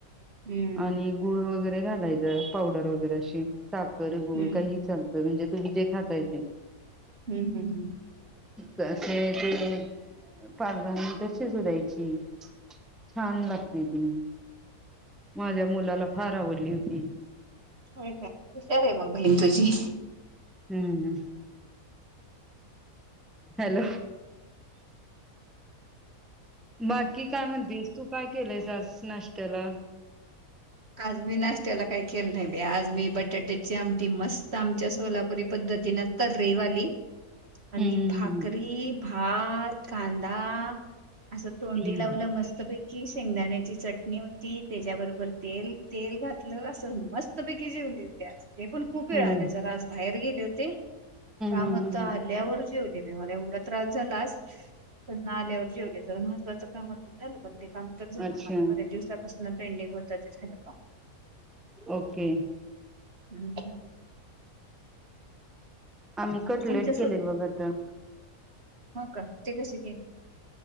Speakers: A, on the right; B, in the centre.
A: हम्म
B: आणि गुळ वगैरे घालायचं पावडर वगैरे अशी साखर गुळ
A: हम्म
B: काही चालत. तर म्हणजे तुम्ही जे खाताय ते‌.
A: हम्म हम्म हम्म
B: कसे ते पाचगनी कशी सुडायची. छान लागते ती. माझ्या मुलाला फार आवडली होती.
A: हो काय हुशार आहे मग बहीण तुझी.
B: हम्म हॅलो बाकी काय म्हणतीस तू काय केलंयस आस नाश्त्याला.
A: आज मी नाश्याला काही केलं नाही बे आज मी बटाट्याची आमटी मस्त आमच्या सोलापुरी पद्धतीन तर्रेवाली, आणि
B: हम्म
A: भाकरी
B: हम्म
A: भात कांदा. असं तोंडी
B: हम्म
A: लावलं मस्तपैकी शेंगदाण्याची चटणी होती त्याच्याबरोबर तेल तेल घातलं असं मस्तपैकी जेवलेते आज- ते पण खूप
B: हम्म
A: वेळाने जरा आज बाहेर गेले होते. कामहोत
B: हम्म हम्म
A: आल्यावर जेवले मी मला एवढा त्रास झालास. पण आल्यावर जेवले ज महत्त्वाचं काम झालं पण ते काम तर झालं
B: अच्छा
A: माझं बर्या दिवसापासून पेंडिंग होत ते झालं का
B: ओके
A: हम्
B: आम्ही कटलेट
A: आमच्या सो
B: केलेत बघा तर.
A: हो का ते कसे केली.